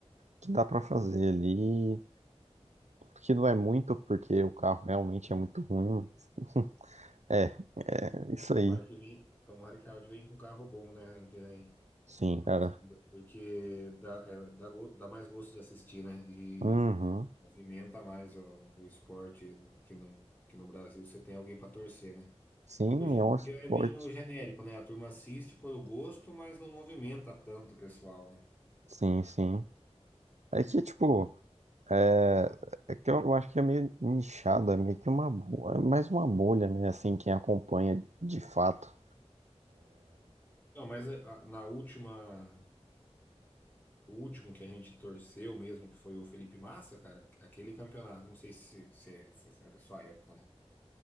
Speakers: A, on the right (about 85°); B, on the left (about 15°).
A: que dá pra fazer ali, que não é muito, porque o carro realmente é muito ruim. <laughs> É, é isso
B: Tomara
A: aí,
B: que, vem, tomara que a Audi venha com um carro bom, né, ano que vem.
A: sim,
B: E consiga,
A: cara.
B: porque dá, é, dá, go- dá mais gosto de assistir, né? E
A: Uhum.
B: Movimenta mais o, o esporte do, aqui no, aqui no Brasil, você tem alguém para torcer, né?
A: Sim,
B: Porque hoje em
A: é um esporte,
B: dia é meio genérico, né? A turma assiste por gosto, mas não movimenta tanto o pessoal, né?
A: sim, sim. É que, tipo, é, é que eu acho que é meio nichado, é meio que uma, bo- é mais uma bolha, né, assim, quem acompanha de fato.
B: Não, mas eh, a- na última, o último que a gente torceu mesmo, que foi o Felipe Massa, cara, aquele campeonato, não sei se, se, é, se é da sua época, né?